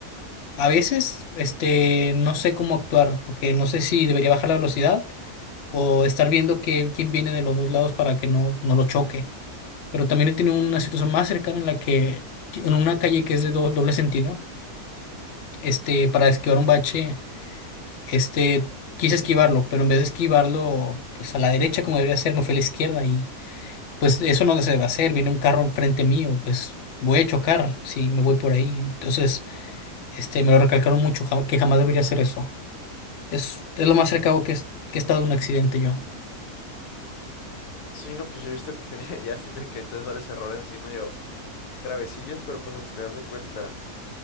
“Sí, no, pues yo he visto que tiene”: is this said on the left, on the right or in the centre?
Left